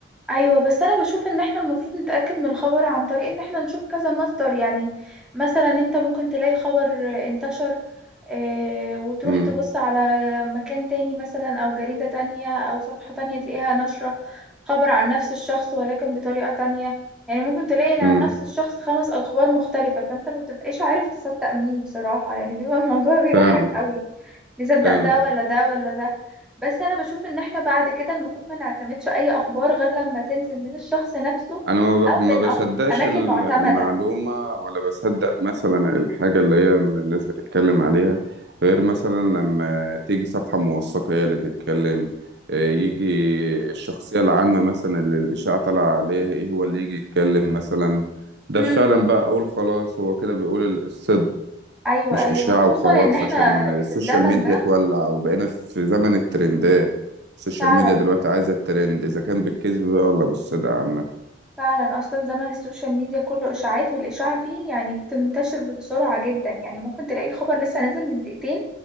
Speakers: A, in the centre; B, on the right.
A: ايوه بس انا بشوف ان احنا المفروض نتاكد من الخبر عن طريق ان احنا نشوف كذا مصدر يعني مثلا انت ممكن تلاقي خبر آه، انتشر آه، وتروح
B: امم
A: تبص على مكان تاني مثلا او جريدة تانية او صفحة تانية تلاقيها نشرة خبر عن نفس الشخص ولكن بطريقة تانية يعني ممكن تلاقي عن
B: امم
A: نفس الشخص خمس اخبار مختلفة فانت ما بتبقاش عارف تصدق مين بصراحة يعني بيبقى الموضوع بيضحك
B: فعلا
A: قوي نصدق
B: فعلا
A: ده ولا ده ولا ده بس انا بشوف ان احنا بعد كده المفروض ما نعتمدش اي اخبار غير لما تنزل من الشخص نفسه
B: انا ما
A: او
B: ب- ما
A: من
B: بصدقش
A: أخ... اماكن
B: ال-
A: معتمدة
B: المعلومة ولا بصدق مثلا الحاجة اللي هي الناس بتتكلم عليها غير مثلا لما تيجي صفحة موثقة هي اللي تتكلم آه، يجي الشخصية العامة مثلا اللي الإشاعة طالعة عليها ايه هو اللي يجي يتكلم مثلا ده
A: امم
B: فعلا بقى أقول خلاص هو كده بيقول ال- الصدق
A: ايوه
B: مش
A: ايوه
B: إشاعة
A: خصوصا
B: وخلاص
A: ان احنا
B: عشان السوشيال
A: في الزمن
B: ميديا
A: ده
B: تولع وبقينا في زمن الترندات السوشيال
A: فعلا
B: ميديا دلوقتي عايزة الترند إذا كان بالكذب بقى ولا بالصدق عامة
A: فعلا اصلا زمن السوشيال ميديا كله اشاعات والاشاعه فيه يعني بتنتشر بسرعه جدا يعني ممكن تلاقي الخبر لسه نازل من دقيقتين